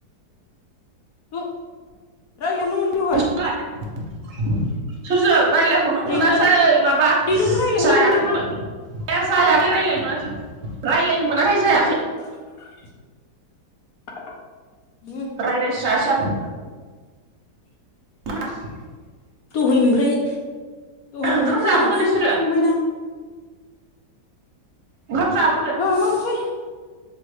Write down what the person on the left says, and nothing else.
रं रायज्लायनो मोबाय दहाय
रैरुबजों
रैरुबजों रायलायनो
मोनबाय मा
<unintelligible>
दहायनिफ्राय दहायनिफ्राय
खोलाहा
फिउ
थांबायना
जालांसै